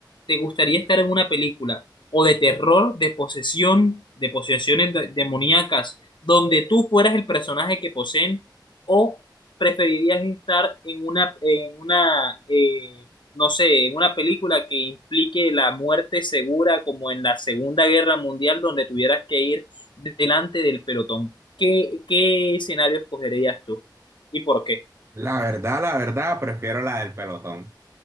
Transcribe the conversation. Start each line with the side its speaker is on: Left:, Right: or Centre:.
Left: te gustaría estar en una película o de terror, de posesión, de posesiones de- demoníacas, donde tú fueras el personaje que poseen, o preferirías estar en una, en una, eh, no sé, en una película que implique la muerte segura, como en la Segunda Guerra Mundial, donde tuvieras que ir delante del pelotón. ¿Qué, qué escenario escogerías tú y por qué?
Right: La verdad, la verdad, prefiero la del pelotón.